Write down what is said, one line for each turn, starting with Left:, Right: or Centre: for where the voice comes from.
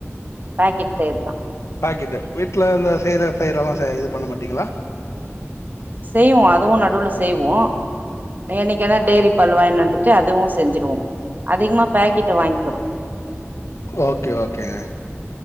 Right: பேக்கெட் தேர் தான்
Left: பேக்கட் வீட்டுல இந்த செயர தயிர எல்லாம் ச இது பண்ண மாட்டீங்களா
Right: செய்வோம் அதுவும் நடுவுல செய்வோம் என்னைக்குன்னா டெய்ரி பல்வாயினனு வந்துட்டு அதுவும் செஞ்சிருவோம் அதிகமா பாக்கெட் வாங்கிக்கிறோம்
Left: ஓகே ஓகேங்க